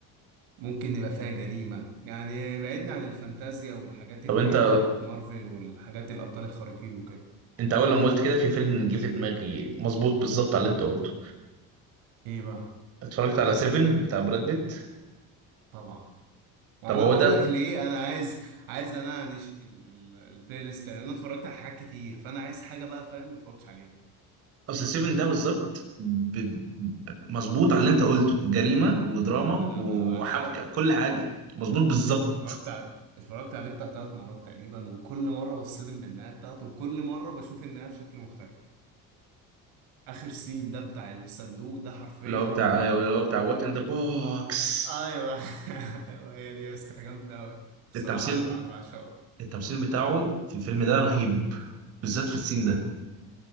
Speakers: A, on the right; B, on the right.
A: وممكن يبقى فيها جريمة يعني بعدني عن الفانتازيا والحاجات اللي
B: طب انت
A: هي بتاعت مارفل والحاجات الابطال الخارقين وكده
B: انت اول لما قلت كده في فيلم جه في دماغي مظبوط بالظبط على اللي انت قلته
A: ايه بقى
B: اتفرجت على 7 بتاع براد بيت
A: طبعا وانا
B: طب هو
A: بقول
B: ده
A: لك ليه انا عايز عايز انعنش ال- ال- البلاي ليست يعني انا اتفرجت على حاجات كتير فانا عايز حاجه بقى فاهم ما اتفرجتش عليها
B: اصل 7 ده بالظبط ب... مظبوط على اللي انت قلته جريمة ودراما
A: انا ما انا
B: وحبكة
A: ما انا بعشقه
B: كل حاجة مظبوط بالظبط
A: انا اتفرجت على اتفرجت عليه بتاع ثلاث مرات تقريبا وكل مره بصدم بالنهايه بتاعته وكل مره بشوف النهايه بشكل مختلف اخر سين ده بتاع الصندوق ده حرفيا
B: اللي هو بتاع
A: آه،
B: اللي هو بتاع وات ان ذا بوكس
A: ايوه <laughs> ايوه هي دي يا اسطى جامده قوي بصراحه
B: التمثيل
A: انا بع- انا بعشقه
B: التمثيل بتاعه في الفيلم ده رهيب بالذات في السين
A: مم.
B: ده